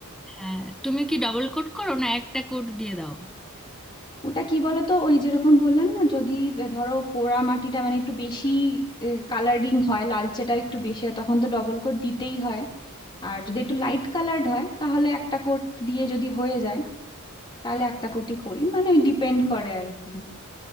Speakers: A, in the centre; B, on the left.
A: হ্যাঁ তুমি কি ডাবল কোট করো না একটা কোট দিয়ে দাও
B: ওটা কি বলতো ওই যেরকম বললাম না যদি আহ, ধরো পোড়া মাটিটা মানে একটু বেশি কালারিং হয় লালচেটা একটু বেশি হয় তখন তো ডবল কোট দিতেই হয় আর যদি একটু লাইট কালার্ড হয় তাহলে একটা কোট দিয়ে যদি হয়ে যায় তাহলে একটা কোটই করি মানে ডিপেন্ড করে আর কি